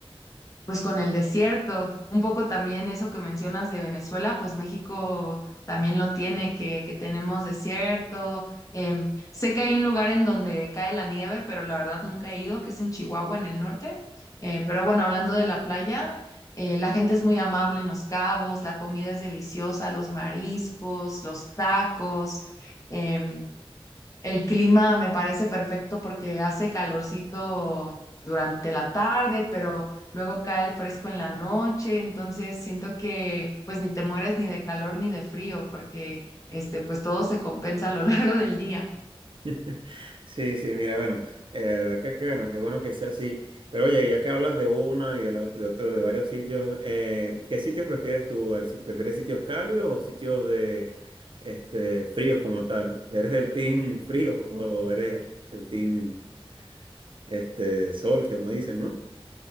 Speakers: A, on the left; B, on the right.
A: pues con el desierto. Un poco también eso que mencionas de Venezuela, pues México también lo tiene, que, que tenemos desierto. Em, sé que hay un lugar en donde cae la nieve, pero la verdad nunca he ido, que es en Chihuahua, en el norte. Eh, pero bueno, hablando de la playa, eh, la gente es muy amable en Los Cabos, la comida es deliciosa, los mariscos, los tacos. em, el clima me parece perfecto porque hace calorcito durante la tarde, pero luego cae el fresco en la noche, entonces siento que pues ni te mueres ni de calor ni de frío porque este pues todo se compensa a lo <laughs> largo del día.
B: <laughs> Sí, sí, mira, bueno, eh, de verdad que, que bueno, qué bueno que sea así. Pero oye, ya que hablas de una y de, la- de otro, de varios sitios, eh, ¿qué sitios prefieres tú? ¿El sit- ¿Prefieres sitios cálidos o sitios de este fríos como tal? ¿Eres del team frío <laughs> o eres del team este sol, como dicen, ¿no?